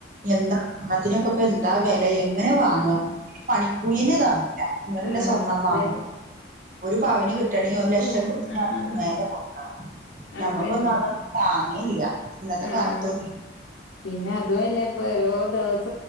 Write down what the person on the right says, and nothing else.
എന്താ സ്വർണത്തിനക്കപ്പൊ എന്താ വെല എങ്ങനെ വാങ്ങ
പണിക്കൂല്യന്നെ താങ്ങൂല ഇങ്ങട്ടല്ലേ
സ്വർണ്ണം
വാങ്ങ ഒരു പവന് കിട്ടണെങ്കി ഒരു ലക്ഷം
ത്തിൻ്റടുത്ത് മേലെ കൊട്ക്കണം ഞമ്മക്കൊന്നും
അതൊന്നും താങ്ങില്ല ഇന്നത്തെ
കാൽത്തൊന്നും